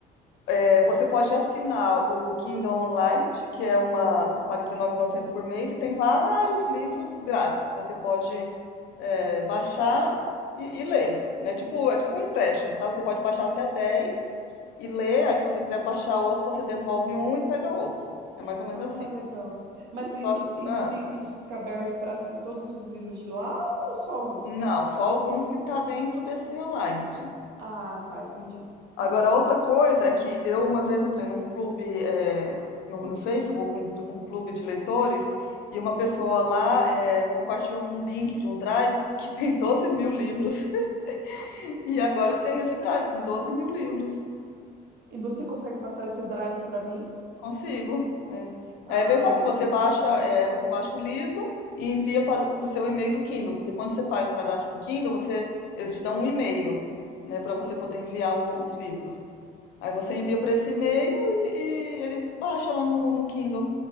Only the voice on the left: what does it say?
É, você pode assinar o Kindle Unlimited, que é uma. Você paga R$19,90 por mês e tem vários livros grátis que você pode é, baixar e, e ler. Né? Tipo, é tipo um empréstimo, sabe? Você pode baixar até dez
e ler. Aí, se você quiser baixar outro, você devolve um e pega outro. É mais ou menos
assim.
Só,
ah,
Não, só alguns que tá dentro desse Unlimited.
Agora,
outra coisa é que eu uma vez entrei num clube eh, no, no Facebook, um, um clube de leitores, e uma pessoa lá eh, compartilhou um link de um drive que tem 12 mil livros. <laughs> E
agora eu tenho esse drive com 12 mil livros.
Consigo. É.
Aí é bem fácil, você
baixa,
é, você baixa o livro e envia para o pro seu e-mail do Kindle, porque quando você faz o cadastro no Kindle, você, eles te dão um e-mail, né, para você poder enviar o- os livros. Aí você envia para esse e-mail e, e ele baixa lá no, no Kindle.